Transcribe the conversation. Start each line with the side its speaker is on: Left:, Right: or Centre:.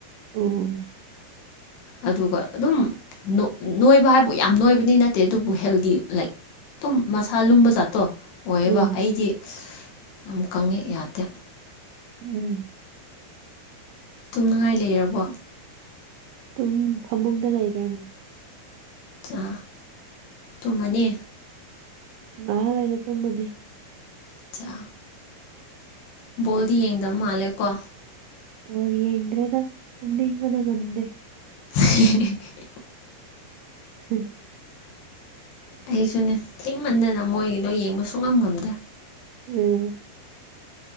Right: ꯎꯝ
Left: ꯑꯗꯨꯒ ꯑꯗꯨꯝ ꯅꯣ ꯅꯣꯏꯕ ꯍꯥꯏꯕꯨ ꯌꯥꯝ ꯅꯣꯏꯕꯗꯤ ꯅꯠꯇꯦ ꯑꯗꯨꯕꯨ ꯍꯦꯜꯗꯤ ꯂꯥꯏꯛ ꯑꯗꯨꯨꯝ ꯃꯁꯥ ꯂꯨꯝꯕ ꯖꯥꯠꯇꯣ ꯑꯣꯏꯌꯦꯕ
Right: ꯎꯝ
Left: ꯑꯩꯗꯤ ꯌꯥꯝ ꯀꯪꯉꯦ ꯌꯥꯗꯦ꫰꫰
Right: ꯎꯝ꯫
Left: ꯇꯨꯝꯅꯉꯥꯏ ꯂꯩꯔꯕꯣ꯫
Right: ꯇꯨꯝ ꯐꯃꯨꯡꯗ ꯂꯩꯔꯦ꯫
Left: ꯆꯥ ꯇꯨꯝꯃꯅꯤ꯫
Right: ꯉꯥꯏꯍꯥꯛ ꯂꯩꯔ ꯇꯨꯝꯃꯅꯤ꯫
Left: ꯑꯆꯥ ꯕꯣꯜꯗꯤ ꯌꯦꯡꯗꯕ ꯃꯥꯜꯂꯦ ꯀꯣ꯫
Right: ꯎꯝ ꯌꯦꯡꯗ꯭ꯔꯦꯗ ꯇꯨꯝꯅꯤꯡꯕꯅ ꯉꯝꯗꯦ꯫
Left: <unintelligible>
Right: ꯎꯝ꯫
Left: ꯑꯩꯁꯨꯅꯦ ꯊꯦꯡꯃꯟꯗꯅ ꯃꯣꯏꯒꯤꯗꯣ ꯌꯦꯡꯕꯁꯨ ꯉꯝ ꯉꯝꯗꯦ꯫
Right: ꯎꯝ꯫